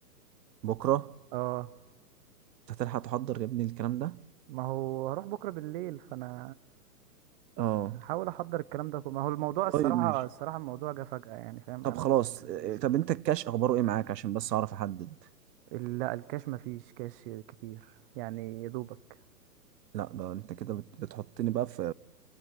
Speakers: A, on the right; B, on the right.
A: بكره
B: اه
A: انت هتلحق تحضر يا ابني الكلام ده
B: ما هو هروح بكرة بالليل فانا
A: اه
B: هحاول احضر الكلام ده كله ما هو الموضوع الصراحة
A: طيب ماشي
B: الصراحة الموضوع جه فجأة يعني فاهم
A: طب
B: انا
A: خلاص
B: ما كنتش مجهزه
A: آه، طب انت الكاش اخباره ايه معاك عشان بس اعرف احدد
B: لا الكاش ما فيش كاش كتير يعني يا دوبك
A: لا ده انت كده بت- بتحطني بقى في